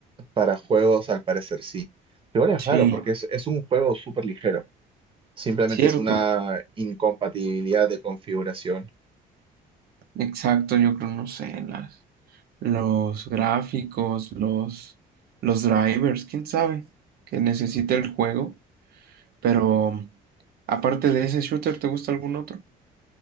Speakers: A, on the right; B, on the right.
A: Para juegos, al parecer sí. Igual es
B: Sí,
A: raro, porque es, es un juego súper ligero. Simplemente
B: cierto.
A: es una incompatibilidad de configuración.
B: Exacto, yo creo, no sé, las. los gráficos, los, los drivers, quién sabe, que necesita el juego. Pero aparte de ese shooter, ¿te gusta algún otro?